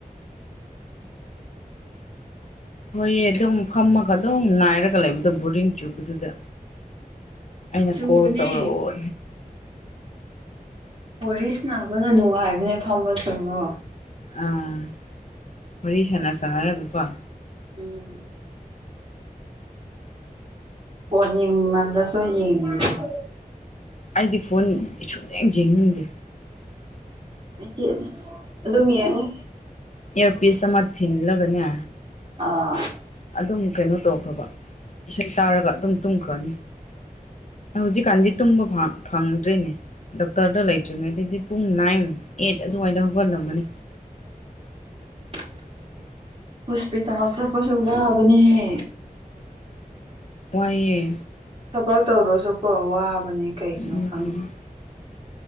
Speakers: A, on the left; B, on the right.
A: ꯍꯣꯏꯌꯦ ꯑꯗꯨꯝ ꯈꯝꯃꯒ ꯑꯗꯨꯝ ꯉꯅꯥꯏꯔꯒ ꯂꯩꯕꯗꯣ ꯕꯣꯔꯤꯡ ꯆꯨꯕꯗꯨꯗ ꯑꯩꯅ
B: ꯆꯨꯕꯅꯦ
A: ꯀꯣꯜ ꯇꯧꯔꯛꯑꯣ
B: ꯋꯥꯔꯤꯔꯤꯁ ꯅꯥꯕꯅ ꯅꯨꯡꯉꯥꯏꯕꯅꯦ ꯐꯝꯕ ꯁꯉꯣ
A: ꯑꯥ ꯋꯥꯔꯤ ꯁꯅꯥꯁꯅꯥꯔꯒꯥꯀꯣ
B: ꯎꯝ ꯐꯣꯜ ꯌꯦꯡꯃꯂꯥꯁꯨ ꯌꯦꯡꯅꯤꯡ ꯗꯦꯕꯥ
A: ꯑꯩꯗꯤ ꯐꯣꯟ ꯁꯨꯡ ꯌꯦꯡ ꯌꯦꯡꯅꯤꯡꯗꯦ
B: ꯍꯥꯏꯗꯤ ꯑꯁ ꯑꯗꯨꯝ ꯌꯦꯡꯉꯨ
A: ꯑꯦꯔ ꯄꯁ ꯑꯃ ꯊꯅꯂꯒꯅꯦ
B: ꯑꯥ
A: ꯑꯗꯨꯝ ꯀꯩꯅꯣ ꯇꯧꯈ꯭ꯔꯕ ꯏꯁꯩ ꯇꯥꯔꯒ ꯑꯗꯨꯝ ꯇꯨꯝꯈ꯭ꯔꯅꯤ ꯍꯧꯖꯤꯛꯀꯥꯟꯗꯤ ꯇꯨꯝꯕ ꯐꯡꯗ꯭ꯔꯤꯅꯦ ꯗꯣꯛꯇꯔꯗ ꯂꯩꯇ꯭ꯔꯤꯉꯩ ꯑꯗꯨꯗꯤ ꯄꯨꯡ ꯅꯥꯏꯟ ꯑꯩꯠ ꯑꯗꯨꯋꯥꯏꯗ ꯍꯧꯒꯠꯂꯝꯃꯅꯤ
B: <inaudible> ꯍꯣꯁꯄꯤꯇꯥꯜ ꯆꯄꯁꯦ ꯋꯥꯕꯅꯤꯍ
A: ꯋꯥꯏꯌꯦ
B: ꯊꯕꯛ ꯇꯧꯔꯁꯨꯀꯣ ꯋꯥꯕꯅꯦ ꯀꯩꯒꯤꯅꯣ
A: ꯎꯝ
B: ꯈꯡꯗꯦ